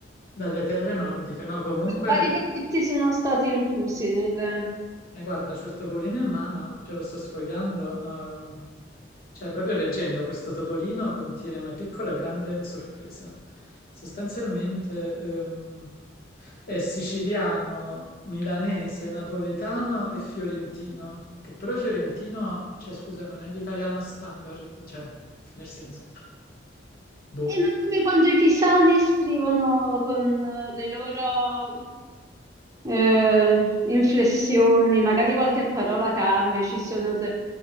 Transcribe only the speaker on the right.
quali dialetti sono stati inclusi nel...
Eh, ma come quando i pisani scrivono con eh, le loro eh, inflessioni, magari qualche parola cambia, ci sono de-